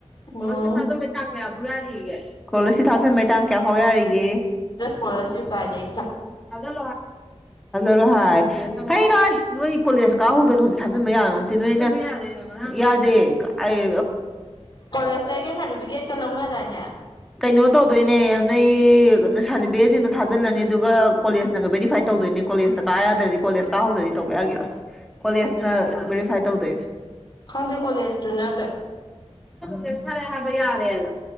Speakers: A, on the left; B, in the centre.
A: ꯎꯝ
B: ꯏꯁꯣ ꯊꯥꯌꯥ ꯐꯔꯤꯦ ꯏꯁꯀꯣꯂꯔꯁꯤꯞ ꯊꯥꯖꯩꯥꯡ ꯀꯌꯥ ꯐꯥꯎ ꯌꯥꯔꯤꯒꯦ
A: ꯍꯣꯏꯁꯨ ꯀꯥꯖꯦ
B: ꯍꯖ ꯂꯣ ꯍꯥꯏ ꯐꯩꯔꯣꯏ ꯅꯣꯏ ꯀꯣꯂꯦꯖ ꯀꯥꯍꯧꯗꯅ ꯍꯧꯖꯤꯛ ꯊꯥꯖꯤꯟꯕ ꯌꯥꯕ ꯅꯠꯇꯦ ꯅꯣꯏꯅ ꯌꯥꯗꯦ ꯑꯩ
A: ꯀꯣꯂꯦꯖꯇ ꯑꯩꯒꯤ ꯁꯥꯔꯇꯤꯐꯤꯀꯦꯠꯀ ꯂꯧꯅꯗꯥꯏꯅꯦ
B: ꯀꯩꯅꯣ ꯇꯧꯗꯣꯏꯅꯦ ꯅꯣꯏ ꯁꯥꯔꯇꯤꯐꯤꯀꯦꯠꯁꯤꯅꯣ ꯊꯥꯖꯤꯜꯂꯅꯤ ꯑꯗꯨꯒ ꯀꯣꯂꯦꯖꯅꯒ ꯕꯦꯔꯤꯐꯥꯏ ꯇꯧ ꯇꯧꯗꯣꯏꯅꯦ ꯀꯣꯂꯦꯖꯇ ꯀꯥ ꯌꯥꯗ꯭ꯔꯗꯤ ꯀꯣꯂꯦꯖ ꯀꯥꯍꯧꯗ꯭ꯔꯗꯤ ꯇꯧꯕ ꯌꯥꯒꯤꯔꯥ ꯀꯣꯂꯦꯖꯅ ꯚꯦꯔꯤꯐꯥꯏ ꯇꯧꯗꯣꯏꯅꯦ
A: ꯍꯪꯗꯦꯀꯣꯦꯁꯨꯅ
B: ꯆꯊꯔꯦ ꯍꯥꯏꯕ ꯌꯥꯔꯦꯅ